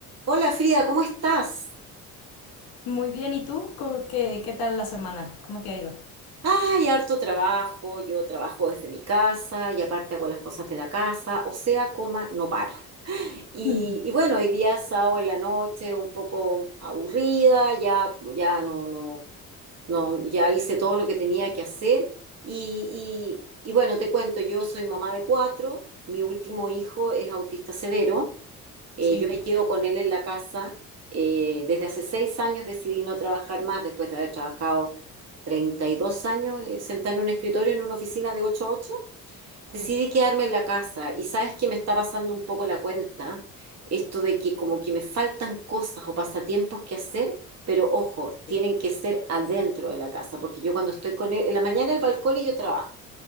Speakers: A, on the right; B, on the left.
A: Hola Frida, ¿cómo estás?
B: Muy bien, ¿y tú? ¿Cómo- ¿Qué, qué tal la semana? ¿Cómo te ha ido?
A: Ay, harto trabajo, yo trabajo desde mi casa y aparte hago las cosas de la casa, o sea, coma, no paro. Y,
B: Mm.
A: y bueno, hoy día sábado en la noche, un poco aburrida, ya, ya no, no, no, ya hice todo lo que tenía que hacer. Y, y, y bueno, te cuento, yo soy mamá de cuatro, mi último hijo es autista severo. Eh,
B: Sí,
A: yo me quedo con él en la casa. Eh, desde hace seis años decidí no trabajar más, después de haber trabajado 32 años eh, sentada en un escritorio, en una oficina de 8 a 8. Decidí
B: sí,
A: quedarme en la casa y sabes que me está pasando un poco la cuenta, esto de que como que me faltan cosas o pasatiempos que hacer, pero ojo,
B: Sí.
A: tienen que ser adentro de la casa, porque yo cuando estoy con él, en la mañana el balcón y yo trabajo.